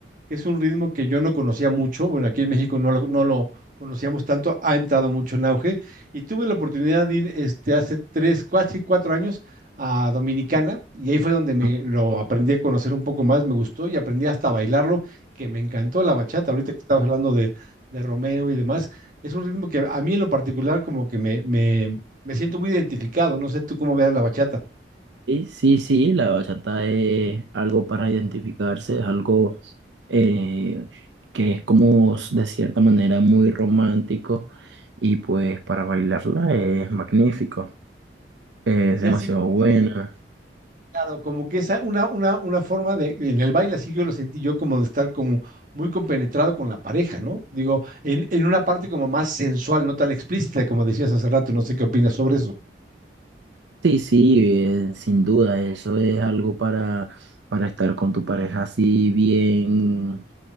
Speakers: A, on the right (about 45°); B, on the right (about 80°).
A: que es un ritmo que yo no conocía mucho. Bueno, aquí en México no lo, no lo conocíamos tanto, ha entrado mucho en auge. Y tuve la oportunidad de ir este, hace tres, casi cuatro años a Dominicana y ahí fue donde me
B: Ok,
A: lo aprendí a conocer un poco más, me gustó y aprendí hasta a bailarlo, que me encantó la bachata. Ahorita que estabas hablando de Romeo y demás. Es un ritmo que a mí en lo particular como que me, me, me siento muy identificado, no sé tú cómo veas la bachata.
B: Sí, sí, la bachata es algo para identificarse, es algo eh, que es como de cierta manera muy romántico y pues para bailarla es magnífico, es
A: Sí,
B: demasiado
A: así como,
B: buena.
A: claro, como que es una, una, una forma de, en el baile así yo lo sentí yo como de estar como muy compenetrado con la pareja, ¿no? Digo, en, en una parte como más sensual, no tan explícita como decías hace rato, no sé qué opinas sobre eso.
B: Sí, sí, eh, sin duda, eso es algo para, para estar con tu pareja así bien